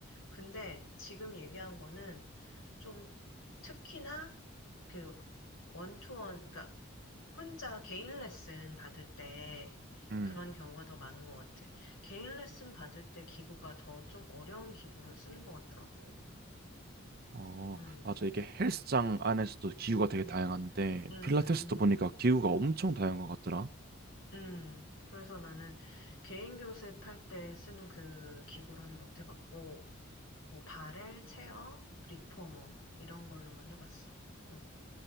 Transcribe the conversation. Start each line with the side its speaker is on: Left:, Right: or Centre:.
Left: 근데 지금 얘기한 거는 좀 특히나 그 원투원, 그러니까 혼자 개인 레슨 받을 때
Right: 음.
Left: 그런 경우가 더 많은 것 같아. 개인 레슨 받을 때 기구가 더 좀 어려운 기구를 쓰는 것 같더라고.
Right: 어,
Left: 음,
Right: 맞아. 이게 헬스장 안에서도 기구가 되게
Left: 음,
Right: 다양한데
Left: 음,
Right: 필라테스도
Left: 음, 음.
Right: 보니까 기구가 엄청 다양한 것 같더라.
Left: 음, 그래서 나는 개인 교습할 때 쓰는 그 기구로는 못 해봤고, 뭐, 바렐, 체어, 리포머, 이런 걸로만 해봤어. 응,